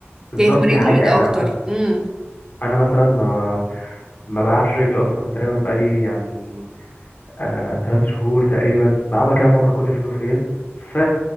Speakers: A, on the left; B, on the right.
A: بالظبط
B: زي تمارين
A: دي حقيقة
B: الايد
A: يعني
B: اكتر
A: انا
B: امم
A: انا مثلا ما ما بلعبش رجل اصلا تقريبا بقالي يعني آه ثلاث شهور تقريبا بلعبها كده مرة كل فين وفين ف